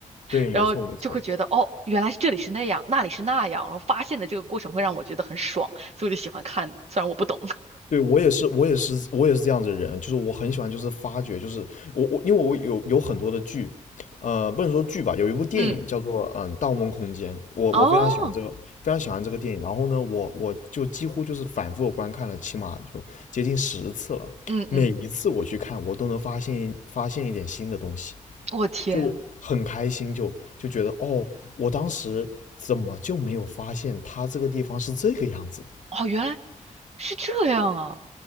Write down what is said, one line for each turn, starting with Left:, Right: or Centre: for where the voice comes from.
Left: 对，没错没错。
Right: 然后就会觉得哦，原来是这里是那样，那里是那样，然后发现的这个过程会让我觉得很爽，所以我就喜欢看，虽然我不懂，
Left: 对，我也是，我也是，我也是这样子的人，就是我很喜欢，就是发掘，就是我我，因为我有有很多的剧，呃，不能说剧吧，有一部电影叫做嗯《盗梦空间》，
Right: <laughs> 嗯。
Left: 我我非常喜欢这个，
Right: 哦，
Left: 非常喜欢这个电影。然后呢，我我就几乎就是反复地观看了，起码就接近十次了。
Right: 嗯嗯，
Left: 每一次我去看，我都能发现发现一点新的东西，
Right: 我天，
Left: 就很开心，就就觉得哦，我当时怎么就没有发现它这个地方是这个样子的？
Right: 哦，原来是这样啊！